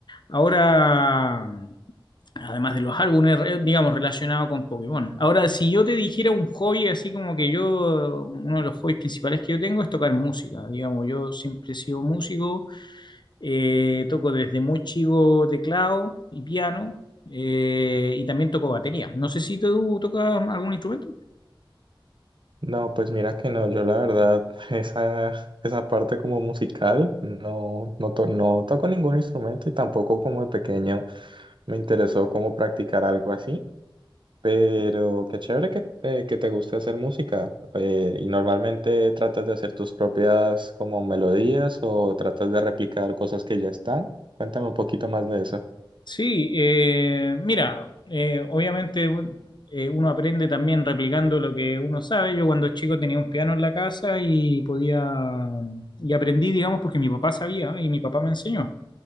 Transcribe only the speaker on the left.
Ahora, además de los álbumes, re- digamos, relacionados con Pokémon. Ahora, si yo te dijera un hobby, así como que yo, uno de los hobbies principales que yo tengo es tocar música. Digamos, yo siempre he sido músico, eh, toco desde muy chico teclado y piano, eh, y también toco batería. No sé si tú tocas algún instrumento.
Sí, eh, mira, eh, obviamente un- eh, uno aprende también replicando lo que uno sabe. Yo cuando chico tenía un piano en la casa y podía, y aprendí, digamos, porque mi papá sabía y mi papá me enseñó.